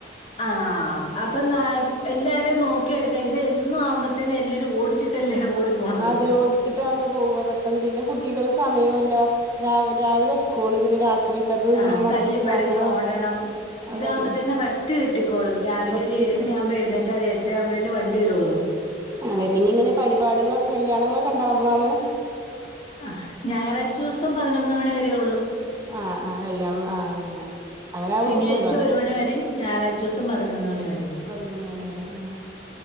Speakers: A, on the left; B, on the right.
A: ആഹ അപ്പൊന്നാ എല്ലാരും നോക്കിയെടുക്കാം ഇത് എന്നും ആവുമ്പോത്തേനും എല്ലാരും ഓടിച്ചിട്ടല്ലേ ഓടിപ്പോണത്
B: അതെ ഓടിച്ചിട്ടാണ് പോവ പെട്ടെന്ന് പിന്നെ കു- കുട്ടികൾ സമയോല്യാ രാവി രാവിലെ സ്കൂള് പിന്നെ രാത്രിക്കത്
A: ആ
B: മദ്രസ
A: തല്ലിപ്പടഞ്ഞു
B: അങ്ങനെ
A: ഓടണം
B: അതാണ്
A: ഇതാവുമ്പോ തന്നെ റസ്റ്റ് കിട്ടിക്കോളും രാവിലെ
B: റസ്റ്റ്
A: ഒരു ഏഴ്
B: ഇല്ല
A: മണിയാകുമ്പോ എഴുന്നേറ്റാൽ മതി എട്ടര ആവുമ്പോഴേല്ലേ വണ്ടി വരളൂ
B: അതെ പിന്നെ ഇങ്ങനെ പരിപാടികളൊക്കെ കല്യാ കല്യാണങ്ങളൊക്കെ ഇണ്ടാകുമ്പോളാണ്
A: ആ ഞായറാഴ്ചു ദിവസം പതിനൊന്ന് മണിവരേ ഒള്ളൂ
B: ആഹ ആഹ കല്യാണം ആഹ് അങ്ങനെ അങ്ങനെ ആകുമ്പോൾ
A: ശനിയാഴ്ച
B: സുഖാണ്
A: ഒരു മണി വരെയും ഞായറാഴ്ച ദിവസം പതിനൊന്ന് മണി വരെയും
B: പതിനൊന്ന് മണി വരെ ആ